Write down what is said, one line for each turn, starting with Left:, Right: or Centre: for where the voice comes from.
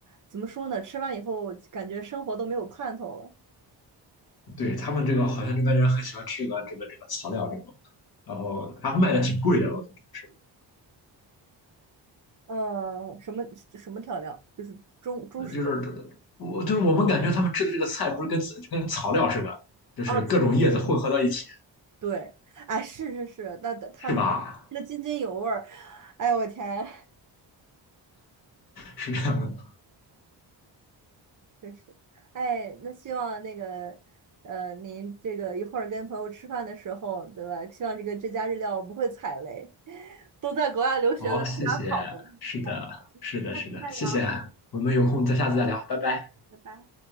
Right: 怎么说呢？吃完以后感觉生活都没有盼头了。
Left: 对，他们这个好像这边人很喜欢吃这个这个这个草料这种，然后他卖的挺贵的，我看是，
Right: 呃，什么什么调料？就是中中式的
Left: 呃就是我就是我们感觉他们吃的这个菜不是跟跟草料似的，就是各种叶子混合到一起。
Right: 啊，对，哎，是是是，那那他们那津津有味儿。
Left: 是吧？
Right: 哎呦我天，
Left: 是这样的。
Right: 真是，哎，那希望那个呃，您这个一会儿跟朋友吃饭的时候，对吧？希望这个这家日料不会踩雷。都在国外留学了，
Left: 好，谢谢。
Right: 吃点好的。
Left: 是的，
Right: 好的，
Left: 是的，
Right: 下次再聊，
Left: 是的，谢谢。我们有空再下次再聊，拜拜。
Right: 拜拜。